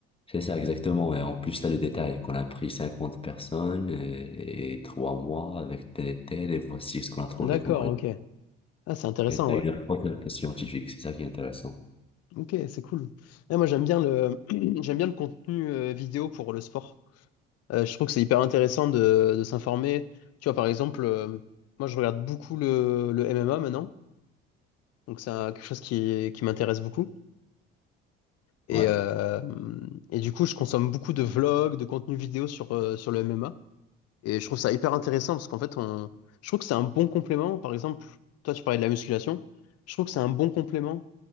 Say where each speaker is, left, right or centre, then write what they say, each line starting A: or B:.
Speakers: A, on the left; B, on the left.
A: C'est ça, exactement. Et en plus, t'as le détail qu'on a pris 50 personnes et, et 3 mois avec tel et tel, et voici ce qu'on a trouvé
B: D'accord,
A: comme résultat.
B: ok. Ah, c'est intéressant,
A: Et t'as
B: ouais.
A: une approche un peu scientifique, c'est ça qui est intéressant.
B: Ok, c'est cool. Ouais, moi, j'aime bien le, <clears throat> j'aime bien le contenu euh, vidéo pour le sport. Euh, je trouve que c'est hyper intéressant de, de s'informer. Tu vois, par exemple, euh, moi, je regarde beaucoup le, le MMA maintenant. Donc, c'est un- quelque chose qui, qui m'intéresse beaucoup. Et,
A: Ouais.
B: euh, et du coup, je consomme beaucoup de vlogs, de contenu vidéo sur, euh, sur le MMA. Et je trouve ça hyper intéressant parce qu'en fait, on... je trouve que c'est un bon complément. Par exemple, toi, tu parlais de la musculation. Je trouve que c'est un bon complément